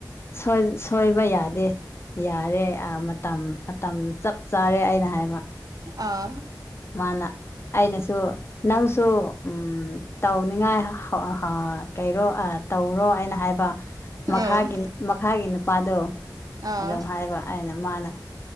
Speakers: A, on the left (about 35°); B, on the right (about 55°).
A: ꯁꯣꯏ ꯁꯣꯏꯕ ꯌꯥꯗꯦ ꯌꯥꯔꯦ ꯃꯇꯝ ꯃꯇꯝ ꯆꯞ ꯆꯥꯔꯦ ꯑꯩꯅ ꯍꯥꯏꯕ
B: ꯑ
A: ꯃꯥꯅ ꯑꯩꯅꯁꯨ ꯅꯪꯁꯨ ꯎꯝ ꯇꯧꯅꯤꯡꯉꯥꯏ ꯍ ꯍꯥ ꯀꯩꯔꯣ ꯑꯥ ꯇꯧꯔꯣ ꯑꯩꯅ ꯍꯥꯏꯕ ꯃꯈꯥꯒꯤ
B: ꯑꯥ
A: ꯃꯈꯥꯒꯤ ꯅꯨꯄꯥꯗꯣ
B: ꯑꯥ
A: ꯑꯗ ꯍꯥꯏꯕ ꯑꯩꯅ ꯃꯥꯅ